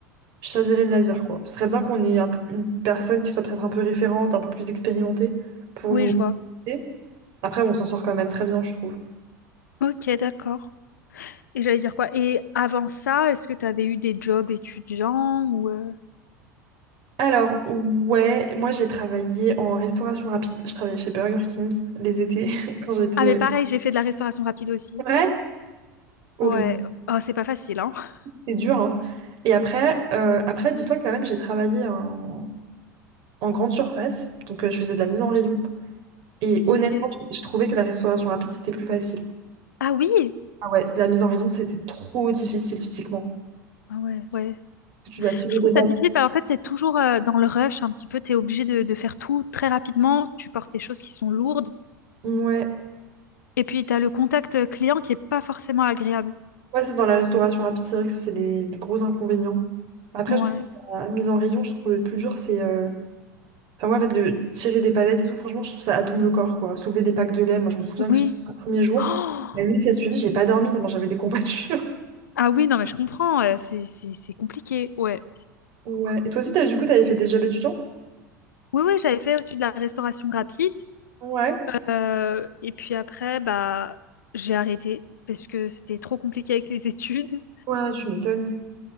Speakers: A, on the right; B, on the left.
A: Je servirais de laser, quoi. Ce serait bien qu'on ait un peu- une personne qui soit peut-être un peu référente, un peu plus expérimentée pour
B: Oui,
A: nous
B: je vois.
A: aider. Après, on s'en sort quand même très bien, je trouve.
B: Ok, d'accord. Et j'allais dire quoi? Et avant ça, est-ce que tu avais eu des jobs étudiants ou... euh,
A: Alors, ouais, moi j'ai travaillé en restauration rapide. Je travaillais chez Burger King les étés <laughs> quand j'étais...
B: Ah mais pareil, j'ai fait de la restauration rapide aussi.
A: C'est vrai? Horrible.
B: Ouais. Oh, c'est pas facile, hein. <laughs>
A: C'est dur, hein. Et après, euh, après dis-toi quand même, j'ai travaillé en, en grande surface. Donc, euh, je faisais de la mise en rayon. Et honnêtement,
B: Ok.
A: je je trouvais que la restauration rapide, c'était plus facile.
B: Ah oui!
A: Ah ouais, la mise en rayon, c'était trop difficile physiquement.
B: Ah ouais, ouais.
A: Tu dois tirer
B: Je trouve
A: des
B: ça difficile parce qu'en fait, t'es toujours euh, dans le rush un petit peu, t'es obligé de, de faire tout très rapidement, tu portes des choses qui sont lourdes,
A: Ouais,
B: et puis t'as le contact euh, client qui est pas forcément agréable.
A: ouais, c'est dans la restauration rapide, c'est vrai que ça, c'est les, les gros inconvénients. Après,
B: Ouais.
A: je trouve la mise en rayon, je trouve le plus dur, c'est. euh, Enfin, moi, en fait, le tirer des palettes et tout, franchement, je trouve ça abîme le corps, quoi. Soulever des packs de lait, moi, je me souviens
B: Oui.
A: que c'est le premier jour.
B: <gasps> Oh
A: La nuit qui a suivi, j'ai pas dormi, tellement j'avais des combattures. <laughs>
B: ah oui, non, mais je comprends, euh, c'est c'est- c'est compliqué, ouais.
A: Ouais. Et toi aussi, t'as, du coup, t'avais fait des jobs étudiants?
B: Oui, oui, j'avais fait aussi de la restauration rapide,
A: Ouais.
B: euh, et puis après, bah, j'ai arrêté parce que c'était trop compliqué avec les <laughs> études.
A: Ouais, tu m'étonnes.